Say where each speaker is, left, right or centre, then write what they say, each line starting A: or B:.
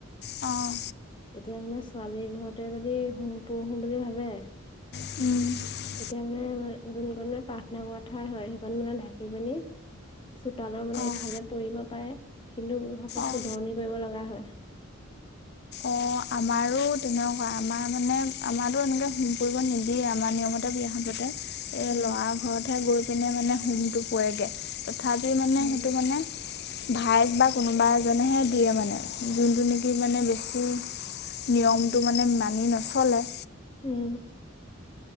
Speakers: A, on the left; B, on the left.
A: অঁ!
B: তেতিয়া মানে ছোৱালীৰ ঘৰতে যদি হোম পৰহো বুলি ভাবে-
A: উমঁ!
B: তেতিয়া মানে যোনকৈ মানে পাৰ্থনা কৰাৱা ঠাই হয় সেইখন মানে ঢাকি পিনি- চোতালৰ মানে ইফালে
A: অঁ
B: পৰিব পাৰে কিন্তু আকৌ
A: অঁ
B: শুধৰনি কৰিব লগা হয়।
A: অঁ আমাৰো তেনেকুৱা। আমাৰ মানে আমাৰো এনেকে সোম পৰিব নিদিয়ে আমাৰ নিয়মতে বিয়াখন পাতে। এই
B: উম
A: ল'ৰা ঘৰতহে গৈ পিনে মানে সোমটো পৰেগে। ভাপি মানে
B: উম
A: সেইটো মানে। ভাইক বা কোনোবা এজনেহে দিয়ে মানে যোনটো নেকি মানে বেছি- নিয়মটো মানে মানি নচলে।
B: উমঁ!